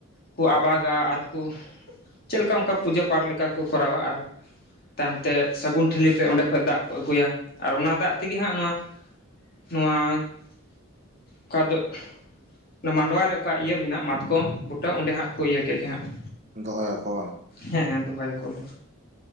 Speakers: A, on the left; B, on the right.
A: ᱠᱚ ᱟᱵᱟᱜᱼᱟ ᱟᱨ <unintelligible> ᱪᱮᱫ ᱞᱮᱠᱟ ᱚᱝᱠᱟ ᱯᱩᱡᱟᱹ ᱯᱟᱴ ᱞᱮᱠᱟ ᱠᱚ ᱠᱚᱨᱟᱣᱟ ᱟᱨ ᱛᱟᱭᱚᱢ ᱛᱮ ᱥᱟᱹᱜᱩᱱ ᱴᱷᱤᱞᱤ ᱛᱮ ᱚᱸᱰᱮ ᱠᱷᱚᱡ ᱫᱟᱜ ᱠᱚ ᱟᱹᱜᱩᱭᱟ ᱟᱨ ᱚᱱᱟ ᱫᱟᱜ ᱛᱮ ᱜᱮ ᱦᱟᱸᱜ ᱱᱚᱣᱟ ᱱᱚᱣᱟ <unintelligible> ᱚᱱᱟ ᱢᱟᱰᱣᱟ ᱨᱮ ᱚᱠᱟ ᱤᱭᱟᱹ ᱢᱮᱱᱟᱜ ᱢᱟᱛᱠᱚᱢ ᱵᱩᱴᱟᱹ ᱚᱸᱰᱮ ᱦᱟᱸᱜ ᱠᱚ ᱤᱭᱟᱹ ᱠᱮᱫ ᱜᱮ ᱦᱟᱸᱜ ᱾
B: ᱫᱚᱦᱚ ᱭᱟᱠᱚ ᱵᱟᱝ
A: ᱦᱮᱸ ᱦᱮᱸ ᱫᱚᱦᱚᱭᱟᱠᱚ ᱚᱸᱰᱮ